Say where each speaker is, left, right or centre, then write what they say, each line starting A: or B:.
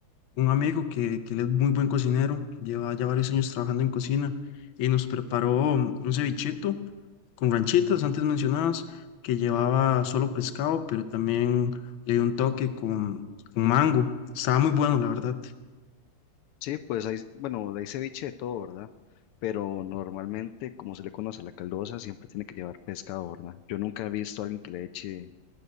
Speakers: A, on the left (about 70°); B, on the left (about 85°).
A: un amigo que, que él es muy buen cocinero, lleva ya varios años trabajando en cocina y nos preparó un cevichito con ranchitas antes mencionadas, que llevaba solo pescado, pero también le dio un toque con, con mango. Estaba muy bueno, la verdad.
B: Sí, pues hay, bueno, hay ceviche de todo, ¿verdad? Pero normalmente, como se le conoce a la caldosa, siempre tiene que llevar pescado, ¿verdad? Yo nunca he visto a alguien que le eche